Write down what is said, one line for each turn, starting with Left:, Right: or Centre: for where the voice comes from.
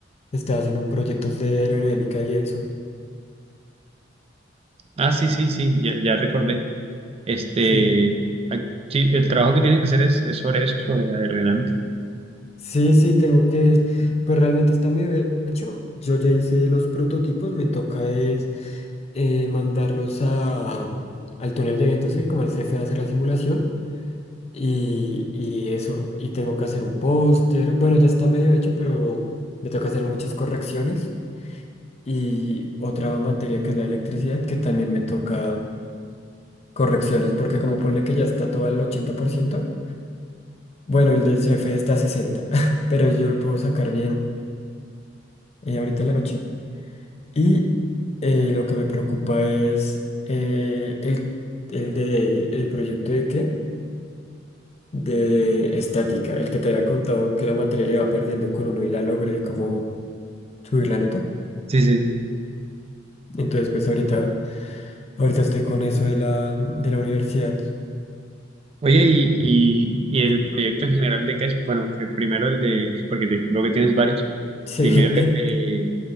Left: estaba haciendo un proyecto de aerodinámica y eso.
Right: Ah, sí, sí, sí, ya, ya recordé. Este,
Left: Sí,
Right: ah, sí, el trabajo que tienes que hacer es, es sobre eso, sobre aerodinámica.
Left: sí, sí, tengo que, pues realmente está medio hecho. Yo ya hice los prototipos, me toca es eh, mandarlos a, al túnel de viento, así como al CFE a hacer la simulación. Y, y eso, y tengo que hacer un póster. Bueno, ya está medio hecho, pero me toca hacer muchas correcciones. Y otra materia que es la electricidad, que también me toca correcciones, porque como ponle que ya está todo al ochenta por ciento bueno, el del C F está a 60%, <laughs> pero yo lo puedo sacar bien eh, ahorita en la noche. Y eh, lo que me preocupa es eh, el, el, de, el proyecto de qué. de estática, el que te había contado que la materia le iba perdiendo con uno y la logré como subir la nota.
Right: Sí, sí.
Left: Entonces, pues ahorita, ahorita estoy con eso de la, de la universidad.
Right: Oye, y, y, y el
Left: Dime.
Right: proyecto en general de qué es, bueno, el primero el de, porque te- veo que tienes varios.
Left: Sí.
Right: Primero
Left: <laughs>
Right: el de,